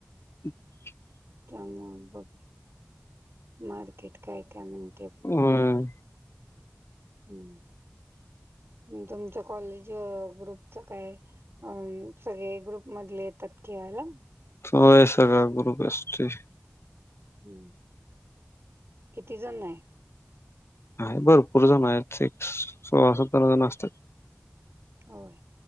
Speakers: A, on the left; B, on the right.
A: जे <unintelligible>
B: च मग बघ मार्केट काय काय म्हण
A: होय
B: हम्म तुमच्या कॉलेज ग्रुपच काय अ सगळे ग्रुप मधले येतात कि हँलो
A: होय सगळा ग्रुप असतोय
B: हम् किती जण आहे
A: आहे भरपूर जण आहेत सिक्स सोळा सतरा जण असतात
B: होय